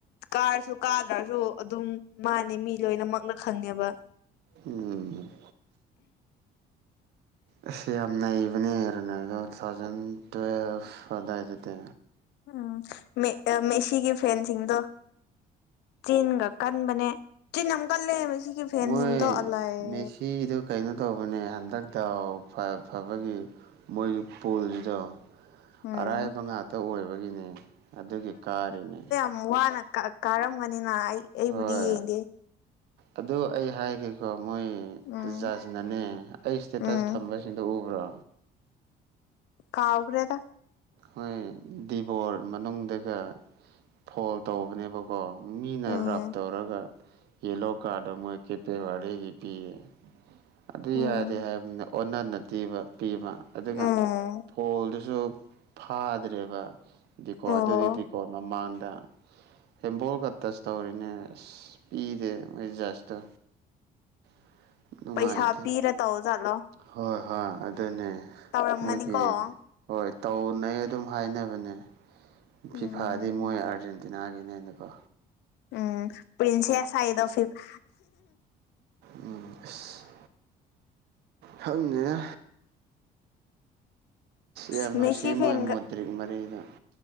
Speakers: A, on the left (about 85°); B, on the right (about 75°).
A: ꯀꯥꯔꯁꯨ ꯀꯥꯗ꯭ꯔꯁꯨ ꯑꯗꯨꯝ ꯃꯥꯅꯤ ꯃꯤ ꯂꯣꯏꯅꯃꯛꯅ ꯈꯪꯉꯦꯕ
B: ꯎꯝ ꯑꯁ ꯌꯥꯝ ꯅꯩꯕꯅꯦ ꯔꯣꯅꯥꯜꯗꯣ ꯇꯨ ꯊꯥꯎꯖꯟ ꯇꯨꯋꯦꯜꯐ ꯑꯗꯨꯋꯥꯏꯗꯗꯤ
A: ꯎꯝ ꯃꯦꯁꯤꯒꯤ ꯐꯦꯟꯁꯤꯡꯗꯣ ꯆꯤꯟꯒ ꯀꯟꯕꯅꯦ ꯆꯤꯟ ꯌꯥꯝ ꯀꯜꯂꯦ ꯁꯤꯒꯤ ꯐꯦꯟꯁꯤꯡꯗꯣ
B: ꯃꯣꯏ
A: ꯑꯜꯂꯥꯢꯌꯦ
B: ꯃꯦꯁꯤꯗꯣ ꯀꯩꯅꯣ ꯇꯧꯕꯅꯦ ꯍꯟꯗꯛꯇ ꯐꯕꯒꯤ ꯃꯣꯏꯒꯤ ꯄꯣꯜꯁꯤꯗꯣ
A: ꯎꯝ
B: ꯑꯔꯥꯏꯕ ꯉꯥꯛꯇ ꯑꯣꯏꯕꯒꯤꯅꯦ ꯑꯗꯨꯒꯤ ꯀꯥꯔꯤꯅꯦ
A: ꯎꯝ ꯋꯥꯅ ꯀꯥꯔꯝꯒꯅꯤꯅ ꯑꯩ ꯑꯩꯕꯨꯗꯤ
B: ꯍꯣꯏ
A: ꯌꯦꯡꯗꯦ
B: ꯑꯗꯨ ꯑꯩ ꯍꯥꯏꯒꯦꯀꯣ ꯃꯣꯏ
A: ꯎꯝ
B: ꯖꯁꯅꯅꯦ ꯑꯩ ꯏꯁꯇꯦꯇꯁ
A: ꯎꯝ
B: ꯊꯝꯕꯁꯤꯡꯗꯣ ꯎꯕ꯭ꯔꯣ
A: ꯀꯥꯎꯈ꯭ꯔꯦꯗ
B: ꯍꯣꯏ ꯗꯤꯕꯣꯠ ꯃꯅꯨꯡꯗꯒ ꯐꯣꯜ ꯇꯧꯕꯅꯦꯕꯀꯣ ꯃꯤꯅ
A: ꯎꯝ
B: ꯔꯞ ꯇꯧꯔꯒ ꯌꯦꯂꯣ ꯀꯥꯔꯗ ꯃꯣꯏ ꯀꯦꯄꯦꯋꯥꯒꯤ ꯄꯤꯌꯦ ꯑꯗꯨ
A: ꯎꯝ
B: ꯌꯥꯗꯦ ꯍꯥꯏꯕꯅꯤꯅ ꯑꯣꯟꯅꯟꯅ ꯇꯤꯕ ꯄꯤꯕ ꯑꯗꯨꯒ
A: ꯎꯝ
B: ꯐꯣꯜꯗꯨ ꯁꯨ ꯐꯥꯗ꯭ꯔꯦꯕ ꯗꯤꯀꯣ
A: ꯑꯣ
B: ꯑꯗꯨꯗꯤ ꯗꯤꯀꯣ ꯃꯃꯥꯡꯗ ꯍꯦꯝꯕꯜꯒ ꯇꯁ ꯇꯧꯔꯤꯅꯦ ꯑꯁ ꯄꯤꯗꯦ ꯃꯣꯏ ꯖꯁꯇꯣ <inaudible> ꯅꯨꯡꯉꯥꯏꯇꯦ
A: ꯄꯩꯁꯥ ꯄꯤꯔ ꯇꯧꯖꯥꯠꯂꯣ
B: ꯍꯣꯏ ꯍꯣꯏ ꯑꯗꯨꯅꯦ
A: ꯇꯧꯔꯝꯒꯅꯤꯀꯣ
B: ꯃꯣꯏꯒꯤ ꯍꯣꯏ ꯇꯧꯅꯩ ꯑꯗꯨꯝ ꯍꯥꯏꯅꯕꯅꯦ
A: ꯎꯝ
B: ꯐꯤꯐꯥꯗꯤ ꯃꯣꯏ ꯑꯥꯔꯖꯦꯟꯇꯤꯅꯥꯒꯤꯅꯦꯅꯀꯣ
A: ꯎꯝ ꯄꯔꯤꯟꯁꯦꯁ ꯍꯥꯢꯗꯤ ꯐꯤꯐꯥ
B: ꯎꯝ ꯑꯁ ꯈꯪꯗꯦꯗ ꯌꯥꯝ
A: ꯃꯦꯁꯤ
B: ꯅꯨꯡꯁꯤ
A: ꯐꯦꯟꯒ
B: ꯃꯣꯏ ꯃꯣꯗ꯭ꯔꯤ ꯃꯔꯤꯗꯣ